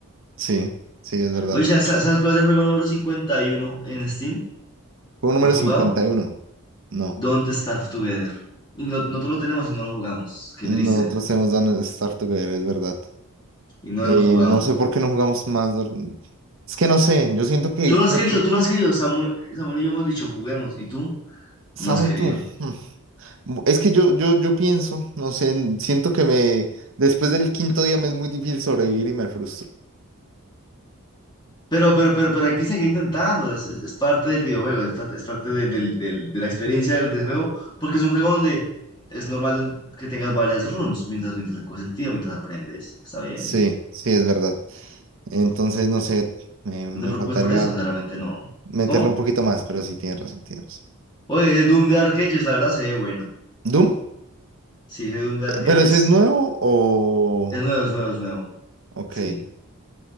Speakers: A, on the right; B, on the left.
A: Sí, sí, es verdad.
B: Oye, ¿sabes sabes cuál es el juego número 51 en Steam?
A: Juego número
B: ¿Más jugado?
A: cincuenta y uno No,
B: Don't Starve Together. Y no, nosotros lo tenemos y no lo jugamos. Qué
A: nosotros
B: triste.
A: hemos dado Star Together, es verdad.
B: Y no
A: Eh,
B: lo hemos jugado.
A: no sé por qué no jugamos más. Dor- Es que no sé, yo siento que
B: Tú
A: como
B: no has querido,
A: que
B: tú no has querido. Samuel, Samuel y yo hemos dicho, juguemos, y tú
A: Samu
B: no has querido.
A: y tú. hmm, Bu- Es que yo, yo, yo pienso, no sé, n- siento que me, después del quinto día me es muy difícil sobrevivir y me frustro.
B: Pero, pero, pero, pero hay que seguir intentando. Es, es- es parte del videojuego, es parte, es parte de, del- del- de la experiencia del, del juego, porque es un juego donde es normal que tengas varias runs mientras, mientras coges el tiro, mientras aprendes. Está bien.
A: Sí, sí, es verdad. Entonces, no sé, me, me
B: No te preocupes
A: faltaría
B: por eso, o sea, realmente no.
A: meterle
B: ¿Cómo?
A: un poquito más, pero sí, tienes razón, tienes razón.
B: Oye, ese Doom de Arcades, la verdad se ve bueno.
A: ¿Doom?
B: Sí, ese Doom de
A: Pe-
B: Arcades
A: ¿Pero ese es nuevo o...?
B: es nuevo, es nuevo, es nuevo.
A: Ok,
B: Sí,